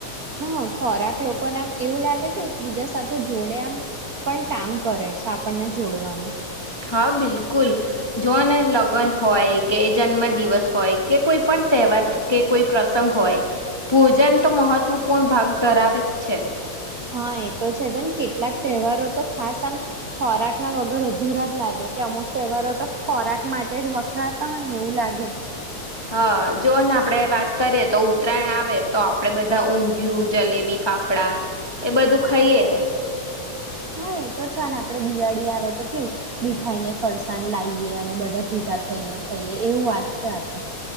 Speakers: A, on the right; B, on the left.
A: હા ખોરાક લોકોને આમ એવું લાગે છે એક બીજા સાથે જોડે આમ પણ કામ કરે છે આપણને જોડવાનું.
B: હા બિલકુલ જોઓને લગન હોય કે જન્મ દિવસ હોય કે કોઈ પણ તહેવાર કે કોઈ પ્રસંગ હોય ભોજન તો મહત્વપૂર્ણ ભાગ ધરાવે જ છે.
A: હા એ તો છે જો ને કેટલાક તહેવારો તો ખાસ આમ ખોરાકના વગર અધુરા જ લાગે કે અમુક તહેવારો તો ખોરાક માટે જ વખણાતા હોય ને એવું લાગે.
B: હા જો ને આપડે વાત કરીએ તો ઉત્તરાયણ આવે તો આપડે બધા ઊંધિયું જલેબી ફાફડા એ બધું ખઈએ.
A: હા એ તો છે ને આપે દિવાળી આવે તો કેવું મીઠાઈને ફરસાણ લાઇએ અને બધા ભેગા થઈને ખાઈએ એવું વાત છે આ તો.